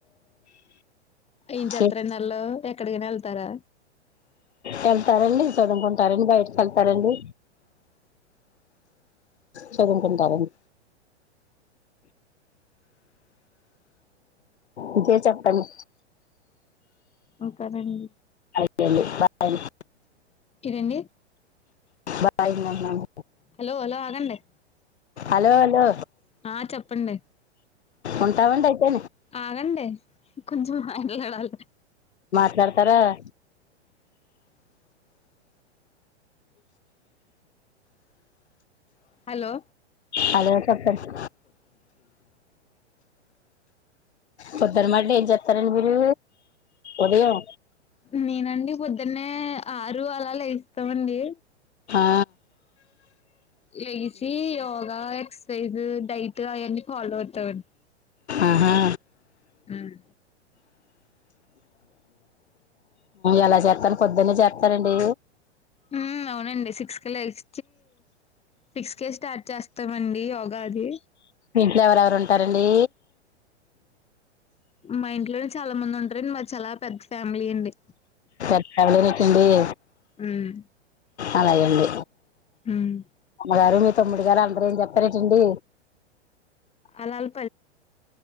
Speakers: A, on the left; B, on the left.
A: ఏం చేత్తరండీ
B: చే-
A: వాళ్లు ఎక్కడికైనా వెళ్తారా
B: వెళ్తారండి చదవకుంటారండి బయట వెల్తారండి చదువుకుంటారండి ఇంకేమి చెప్పండి
A: ఇంకా నండి
B: ఏం లేదండి బాయ్ అండీ
A: ఇదేందీ
B: బాయ్ అండీ అని అంటున్నాను
A: హలో హలో ఆగండీ
B: హలో హలో
A: ఆ చెప్పండి
B: ఉంటామ్ అండీ
A: ఆగండి కొంచెం మాట్లాడాలి
B: మాట్లాడతారా <inaudible>
A: హలో
B: హలో చెప్పండి పొద్దున్న మళ్ళీ ఏం చెస్తారండి మీరు ఉదయం
A: నేనండి పొద్దున్నే ఆరు అలా లేగుస్తామండి
B: హా
A: లేచి యోగా ఎక్సర్సైజ్ డైట్ అవన్నీ ఫాలో అవుతామండి
B: ఆహా
A: ఉమ్
B: ఎలా చేస్తను పొద్దున్న చేత్తారండి
A: ఉమ్ అవునండి సిక్స్ ఏ లెగసి సిక్స్ కేే స్టార్ట్ చేస్తామండి యోగా అది
B: ఇంట్లో ఎవరెవరు ఉంటారండి
A: మా ఇంట్లోనే చాలా మంది ఉంటారండి మారి చాలా పెద్ద ఫ్యామిలీ అండి
B: చర్చవళరుకండి <inaudible> <unintelligible>
A: ఉమ్
B: అలాగండి
A: ఉమ్
B: మాగారు మీ తమ్ముడి గారు అందరూ ఏం చెప్పారా చింటూ
A: అలాల్